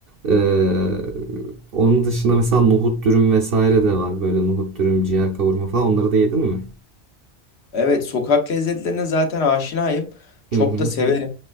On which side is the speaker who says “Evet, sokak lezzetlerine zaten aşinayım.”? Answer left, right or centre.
Left